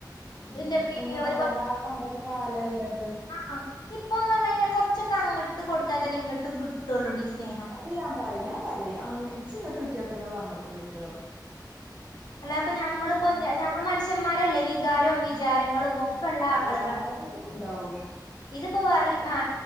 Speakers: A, on the right; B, on the left.
A: ഉം
B: ഇന്റെ ഇപ്പിം
A: ഒന്നും
B: ഇമ്മിം
A: പറയണ്ട ആ പണ്ടത്തെ കാലല്ലത്
B: ആ ഇപ്പൊന്ന് പറഞ്ഞ കഴിഞ്ഞാൽ കുറച്ചൊക്കെ അങ്ങോട്ട് കൊടുത്താ തന്നെ ഇങ്ങട്ടും കിട്ടുള്ളൂ ഈ സ്നേഹം
A: അത് ഞാൻ പറിം ഞാൻ പറിം ഇച്ച് ഇങ്ങട്ട് കിട്ടിയാത്തന്നെള്ളു അങ്ങട്ടും കിട്ടാ.
B: അല്ല അപ്പൊ ഞമ്മളിപ്പോ
A: ഉം
B: ഞമ്മൾ മനുഷ്യന്മാരല്ലേ, വികാരവും വിചാരങ്ങളും നമുക്കൊള്ള
A: ഉം എല്ലാതും
B: ആളുക
A: ഉണ്ടാവും
B: ഇതിപ്പോ പറയും ആ